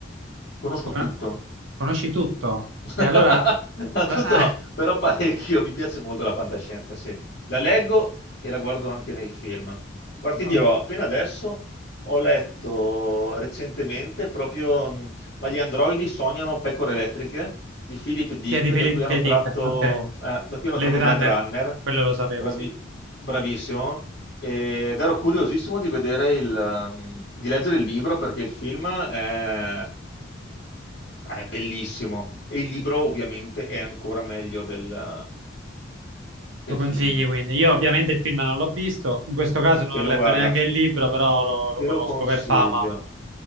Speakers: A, on the left; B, on the right.
A: Conosco
B: Con-
A: tutto.
B: Conosci tutto?
A: <laughs>
B: E allora,
A: No,
B: ah,
A: tutto no, però parecchio, mi piace molto la fantascienza, sì. La leggo e la guardo anche nei film. Guarda,
B: oh,
A: ti dirò, appena adesso ho letto recentemente proprio mh, Ma gli androidi sognano pecore elettriche di Philip Dick,
B: chiedi Philip
A: da cui hanno
B: K.
A: tratto,
B: Dick, ok,
A: eh, da cui hanno
B: Blade
A: tratto
B: Runner,
A: Blade Runner,
B: quello lo sapevo,
A: Bravi-
B: sì.
A: bravissimo, ed ero curiosissimo di vedere il, ehm, di leggere il libro perché il film è ma È bellissimo. E il libro ovviamente è ancora meglio del, del
B: Lo consigli
A: film.
B: quindi. Io ovviamente il film non l'ho visto, in questo caso non
A: Te
B: ho
A: lo
B: letto
A: guarda,
B: neanche il libro, però lo, lo
A: te
B: conosco
A: lo consiglio.
B: per fama.